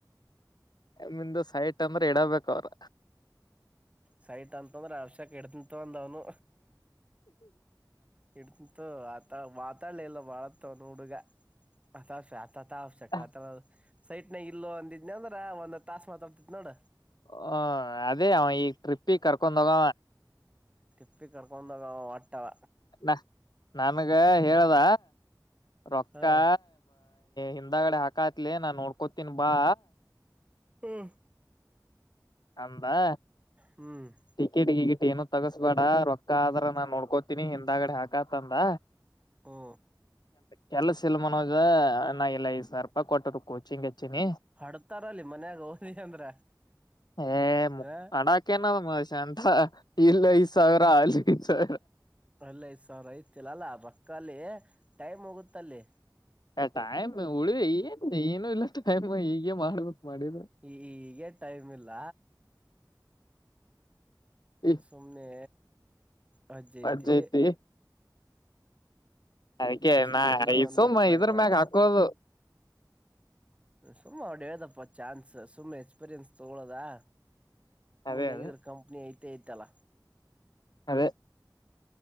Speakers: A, on the left (about 65°); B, on the right (about 15°).
A: ನಿಂದು ಸೈ ಟ್ಟಂದ್ರೆ ಇಡಬೇಕ ಅವ್ರ
B: ಸೈಟ್ ಅಂತಂದ್ರೆ ಅರ್ಷಕ್ ಇಡ್ತಂತು ಅಂದ ಅವನು ಇಡ್ತಿಂತು ಆತ ಮತ್ತಾಳಿ ಎಲ್ಲ ವಳರ್ತ ನುಡುಗ ಹದ ಸ ತ ಅವಶ್ಯಕ
A: ಹ
B: ಅಥವಾ ಸೈಟ್ನಾಗ ಇಲ್ಲೋ ಅಂದಿದ್ನ ಅಂದ್ರ ಒಂದ್ ತಾಸಸ್ ಮಾತಾಡ್ತಿತ್ ನೋಡ
A: ಹ ಅದೇ ಅವನ್ ಈ ಟ್ರಿಪ್ಪಿ ಕರ್ಕೊಂಡೋಗ
B: ತಿಪ್ಪಿ ಕರ್ಕೊಂಡಾಗ ಒಟ್ಟವ
A: ನಾ ನನ್ಗ ಹೇಳದ ರಕ್ಕಾ
B: ಹ
A: ಹಂದಗಡೆ ಹಾಕ ಆತ್ಲಿ ನಾನ್ ನೋಡ್ಕೋತೀನ್ ಬಾ
B: ಹ್ಮ
A: ಅಂಬಾ
B: ಹ್ಮ್
A: ಟಿಕೆಟ್ಿಕಟ್ ಏನು ತಗಸ್ಬೇಡ ರೊಕ್ಕ ಆದ್ರ ನಾನ್ ನೋಡ್ಕೋತೀನಿ ಹಿಂದಗಡೆ ಹಾಕತಂದ
B: ಹಾ
A: ಕೆಲಸ ಇಲ್ ಮನೋಜ ನಾ ಇಲ್ಲ ಐ್ ಸಾವಿರ ರೂಪಾಯಿ ಕೊಟ್ಟರು ಕೋಚಿಂಗ್ ಹಚ್ಚಿನಿ
B: ಹಡ್ತಾರಲ್ಲಿ ಮನ್ಯಾಗ ಓದಿ ಅಂದ್ರ
A: ಹ ಮು
B: ಹ
A: ಅಡಾಕನ್ನ ಮಷ ಅಂತ ಇಲ್ಲ ಐದು್ ಸಾವಿರ ಅ ಸ
B: ಅಲ್ಲೇ ಸ ಐತಿಲ್ಲಲ್ಲ ರೊಕ್ಕಾಲ ಟೈಮ್ ಹೋಗುತ್ತಲ್ಲಿ
A: ಎ ಟಾಯಮ್ ಉಳಿವ ಏನು ಇಲ್ಲ ಟೈಮ್ ಹೀಗೇ ಮಾಡ್ಬೇಕಕ್ ಮಾಡಿದ
B: ಈ ಈಗೆ ಟೈಮ್ ಇಲ್ಲ
A: ಈ
B: ಸುಮ್ನೆ ಹ ಅ್ೈತೆ
A: ವಜ್ಜ ಐತಿ
B: <unintelligible>
A: ಅದಕ್ಕೆ
B: ಸುಮ್ಮ್ನೆನೋ
A: ನಾ ಈ
B: ಒಂದು
A: ಸುಮ್ಮ
B: ಟ್ರೈ
A: ಇದ್ರ
B: ಮಾಡದು
A: ಮ್ಯಾಗ ಹಾಕೋದು
B: ಸುಮ್ಮ ಅವ್ದ ಹೇಳ್ದಪ್ಪ ಚಾನ್ಸಸ್ ತುಂಬಾ ಎಕ್ಸ್ಪೀರಿಯೆನ್ಸ್ ತಗೊಳೋದಾ
A: ಅದೇ
B: ಮುಂದ್ ಹೆಂಗಿದ್ರ
A: ಅದೇ
B: ಕಂಪ್ನಿ ಐ ಇತಲ್ಲ
A: ಅದೇ